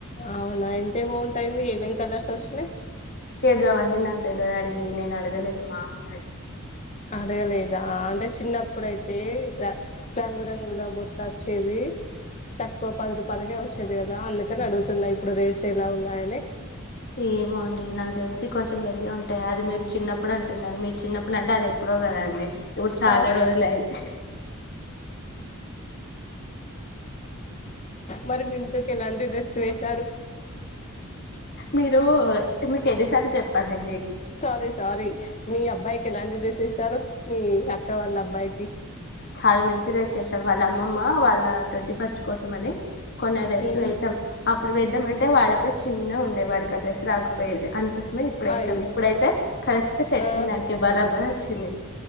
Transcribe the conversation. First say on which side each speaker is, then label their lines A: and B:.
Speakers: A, on the left; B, on the left.
A: అవునా ఇంతే <unintelligible> ఏమేమి కలర్స్ వచ్చినాయి
B: ఇగ అవన్నీ నాకు తెలివదండి నేను అడగలేదు మా అమ్మనీ
A: అడగలేదా అంటే చిన్నప్పుడైతే రంగురంగుల బొట్లు వచ్చేది తక్కువ పది రూపాయలకే వచ్చేది కదా అందుకని అడుగుతున్నా ఇప్పుడు రేట్స్ ఎలా ఉన్నాయని
B: ఏమో అండి నాకు తెలిసి కొంచెం మెరుగు ఉంటాయి అది మీరు చిన్నప్పుడు అంటున్నారు మీరు చిన్న ఇప్పుడుంటే అది ఎప్పుడో కదండి ఇప్పుడు చాలా
A: అవ్
B: రోజులు అయింది
A: మరి మింటు ఎలాంటి డ్రెస్ వేసి
B: మీరు మీకు ఎన్నిసార్లు చెప్పాలాండీ
A: సారీ సారీ మీ అబ్బాయికి ఎలాంటి డ్రెస్ ఇస్తారు మీ అక్క వాళ్ళ అబ్బాయికి
B: చాలా మంచి డ్రెస్ వేశావ్ వాళ్ళ అమ్మమ్మ వాళ్ళ ట్వంటీ ఫస్ట్ కోసం అని కొన్న డ్రెస్
A: ఉమ్
B: వేసాం అప్పుడు వేద్దామంటే వాడ అప్పుడు చిన్న ఉండే వాడి కి అ డ్రెస్ రా పోయేది అందుకోసమే ఇప్పుడు వేసాం
A: అయ్యో
B: ఇప్పుడైతే కరెక్ట్ సెట్
A: ఆ
B: అయిన దానికి బరాబర్ వచ్చింది